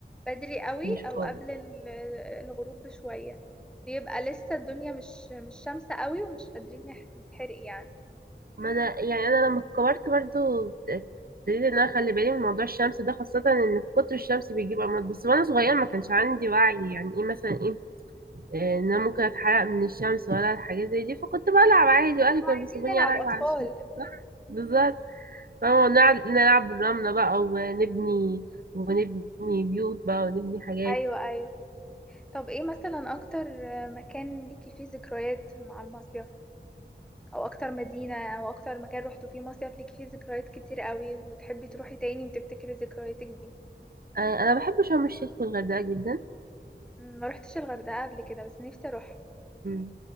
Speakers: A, in the centre; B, on the right.
A: بدري قوي
B: مش
A: او
B: قوي
A: قبل ال- الغروب بشويه بيبقى لسه الدنيا مش مش شمسة قوي ومش قادرين نح- نتحرق يعني
B: ما انا يعني انا لما كبرت برضو ابتديت ان انا اخلي بالي من موضوع الشمس ده خاصه ان كتر الشمس بيجيب امراض بس وانا صغيره ما كانش عندي وعي يعني ايه مثلا ايه آه، ان انا ممكن اتحرق من الشمس ولا الحاجات زي دي فكنت بلعب عادي واهلي كانوا
A: عايزين
B: بيسيبوني
A: نلعب
B: العب
A: أطفال
B: على الشمس بالظبط اه نلعب نلعب بالرملة بقى ونبني ونبني بيوت بقى ونبني حاجات
A: أيوة أيوة طب إيه مثلا أكتر مكان ليكي فيه ذكريات مع المصيف أو أكتر مدينة أو أكتر مكان روحتوا فيه مصيف ليكي فيه ذكريات كتير قوي وتحبي تروحي تاني وتفتكري ذكرياتك دي
B: آه، انا بحب شرم الشيخ والغردقة جدا
A: م، ما روحتش الغردقة قبل كده بس نفسي أروح
B: مم.